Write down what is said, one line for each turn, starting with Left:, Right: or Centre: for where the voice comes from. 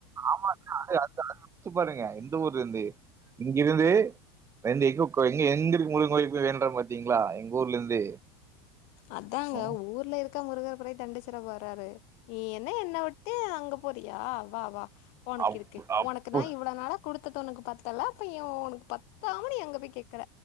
Right: ஆமாக்கா <inaudible> அத்துப்பாடுங்க எந்த ஊருந்து இங்கிருந்து எந்தயிக்கோய் எங் எந்துருந்து முருகுங் கோயில் வேண்ற பாத்தீங்குளா எங்க ஊர்ல இருந்து
Left: அதாங்க
Right: ம்,
Left: ஊர்ல இருக்க முருகர் குற தண் சிர போறாரு நீ என்ன என்ன விட்டு அங்க போறியா வா வா உனக்கு
Right: அப்-
Left: இருக்கு
Right: அப்-
Left: உனக்குனா இவ்வுளோனால குடுத்ததுன் உனக்கு பத்தல அப்ப ஏ ஒனக் பத்தாம நீ அங்க போய் கேக்குற